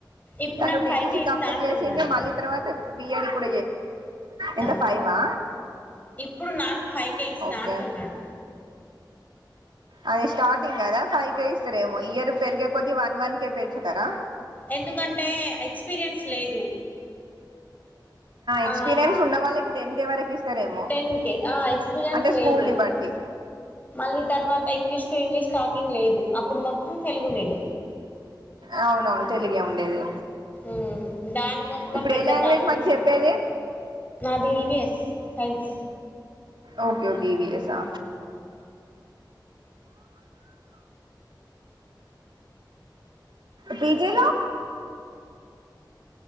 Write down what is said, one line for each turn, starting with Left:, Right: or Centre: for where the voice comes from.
Left: ఇప్పుడు
Right: తను
Left: నాకు
Right: టీటీసి
Left: ఫైవ్ కే ఇస్తా
Right: కంప్లీట్
Left: అంటున్నాడు
Right: చేసింది మళ్ళీ తర్వాత బీఎడి కూడా ఎంత
Left: ఆ మరి
Right: ఫైవా
Left: ఇప్పుడు నాకు ఫైకే ఇస్తా
Right: ఓకే
Left: అంటున్నాడు
Right: అది స్టార్టింగ్ కదా ఫైవ్ కే ఇస్తారేమో ఇయర్ పెరిగే కొద్ది వన్ వన్ కే పెంచుతారా
Left: ఎందుకంటే ఎక్స్పీరియన్స్ లేదు
Right: ఎక్స్పీరియన్స్
Left: ఆ
Right: ఉన్న వాళ్ళకి టెన్ కేె వరకు ఇస్తారేమో
Left: టెన్ కే ఆ ఎక్స్పీరియన్స్
Right: అంటే స్కూల్
Left: లేదు
Right: ని బట్టి
Left: మళ్ళీ తర్వాత ఇంగ్లీష్ టు ఇంగ్లీష్ టాకింగ్ లేదు అప్పుడు మొత్తం తెలుగు మీడియం
Right: అవునవును తెలుగే ఉండేది
Left: ఉ దానికోసం మని
Right: ఇప్పుడు
Left: పెద్ద
Right: ఏ లాంగ్వేజ్
Left: ప్రాబ్లం
Right: మరి
Left: అవుతుంది
Right: చెప్పేది
Left: నాది ఇవిఎస్ సైన్స్
Right: ఓకే ఓకే ఈవిీఎస్ఆ పీజీలో